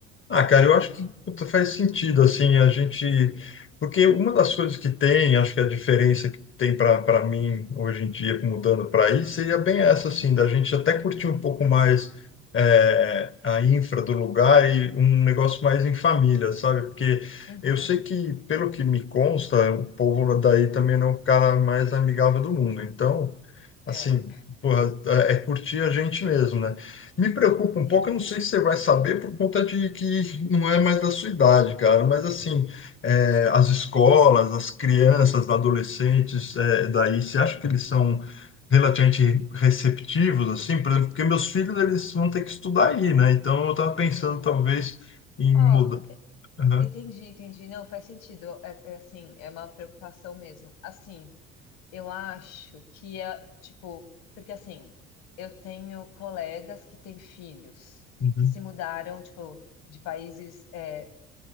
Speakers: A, on the left; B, on the left.
A: Ah,
B: tenho
A: cara,
B: certeza.
A: eu acho que puta, faz sentido, assim, a gente... Porque uma das coisas que tem, acho que a diferença que tem para para mim hoje em dia, mudando para aí, seria bem essa,
B: Uhum,
A: assim, da gente até curtir um pouco mais é, a infra do lugar e um negócio mais em família, sabe? Porque
B: uhum,
A: eu sei que, pelo que me consta, o povo daí também não é o cara mais amigável do mundo. Então,
B: é,
A: assim, porra, é é curtir a gente mesmo, né? Me preocupa um
B: sim,
A: pouco, eu não sei se você vai saber por conta de que não é mais da sua idade, cara, mas assim, é, as escolas, as crianças, adolescentes, é, daí, você acha que eles são relativamente receptivos, assim, por exemplo, porque meus filhos, eles vão ter que estudar aí, né? Então, eu estava pensando,
B: sim.
A: talvez, em
B: Ó,
A: mudar. Aham,
B: Entendi, entendi. Não, faz sentido. É, é assim, é uma preocupação mesmo. Assim, eu acho que é, tipo, porque assim, eu tenho colegas que têm filhos
A: uhum.
B: e que se mudaram, tipo, de países, é,